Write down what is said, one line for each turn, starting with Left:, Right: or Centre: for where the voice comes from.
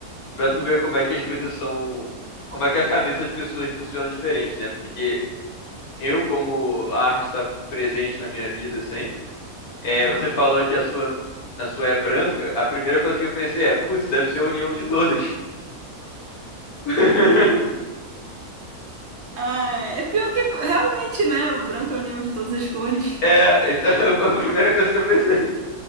Right: Hum,
Left: Pra tu ver como é que as coisas são. Como é que a cabeça das pessoas funciona diferente, né? Porque eu, como a arte tá presente na minha vida sempre. É,
Right: aham.
Left: você falou que a sua, a sua é branca. A primeira coisa que eu pensei é, putz, deve ser a união de todas. <laughs>
Right: Ah, é pior que realmente, né? O branco é a união de todas as cores.
Left: É, então <laughs> a primeira coisa que eu pensei.